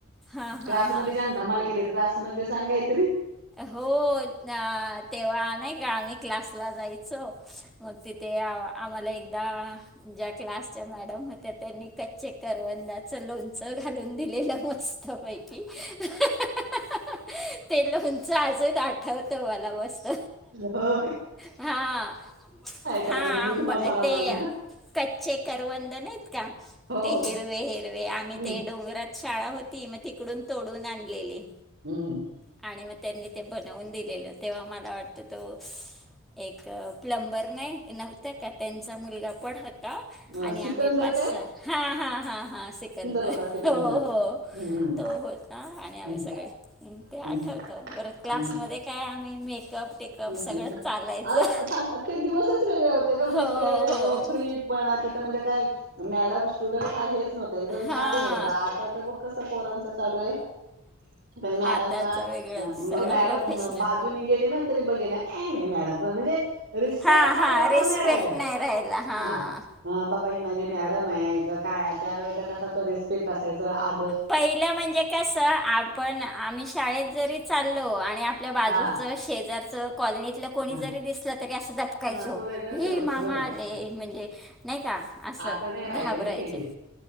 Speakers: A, in the centre; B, on the right.
A: हा हा
B: क्लासमध्ये
A: हा
B: जन धमाल केले क्लास मधले सांग काय तरी
A: हो तेव्हा नाही का आम्ही क्लासला जायचो मग ति ते... आ... आम्हाला एकदा ज्या क्लासच्या मॅडम होत्या... त्यांनी कच्चे करवंदाचं लोणचं घालून दिलेलं म स्थ पैकी.... हं हं हं हं... ते लोण चं अजून आठवतं मला मस्त...
B: हो
A: हा
B: त्यला
A: हा
B: म्हणजे... मीठ
A: आंब
B: मसाला
A: ते
B: लावून ना?
A: कच्चे करवंद नाहीत का...
B: हो
A: ते
B: हो
A: हिरवे हिरवे...
B: हम्म,
A: आम्ही ते डोंगरात शाळा होती... मग तिकडून, तोडून आणलेले
B: हूं
A: आणि मग... त्यांनी ते बनवून दिलेलं... तेव्हा मला वाट तर तो... एक... प्लंबर न्हाई... नव्हता का... त्यांचा मुलगा पण हो
B: मग
A: आणि
B: सिकंदर
A: आम्ही पाच
B: काय
A: सा... हा हा हा हा.. सिकंदर...
B: होता सिकंदर
A: हो हो
B: हम्म
A: तो होता... आणि आम्ही
B: हं,
A: सगळे ते आठवतं...
B: हं,
A: परत क्लासमध्ये...
B: हं,
A: काय आम्ही... मेकअप टेकअप...
B: हं.
A: सगळंच चालायचं
B: अरे सांग ते दिवसच वेगळे होते गं... म्हणजे
A: हो
B: ते
A: हो
B: फ्री पण... तिथं म्हणजे काय... मॅडम स्टुडंट... हा... हेच नव्हतं एकदम
A: हां
B: छान होतं... आता तर बघ कसं पोरांचं चालू ए तर मॅडम
A: आताचं
B: ना...
A: वेगळंच
B: म...
A: सगळं
B: मॅडम
A: प्रोफेशनल
B: बाजूनी गेली ना तरी बघे ना... काय नाई मॅडम पण... म्हणजे रिस्पेक्ट
A: हां
B: हा
A: हां
B: प्रकार
A: रिस्पेक्ट
B: नाई राहिलाय...
A: नाही राहिला हां
B: हा हा बाबा... ही माझी मॅडम ए... क... काय... त्यावेळेचा कसा तो रिस् स्पेक्ट असायचा... आज
A: पहिलं म्हणजे कसं... आपण... आम्ही शाळेत जरी चाललो आणि... आपल्या बाजूचं...
B: हा
A: शेजारचं... कॉलनीतलं कुणी
B: हा
A: जरी दिसलं तरी... असं... दबकायचो...
B: अं, तो वेगळंच
A: ऐ...
B: हे होतं
A: मामा
B: ग हा.
A: आले... म्हणजे नाई का? असं
B: आता नाही राहिले
A: घाबरायचे
B: नाही की ते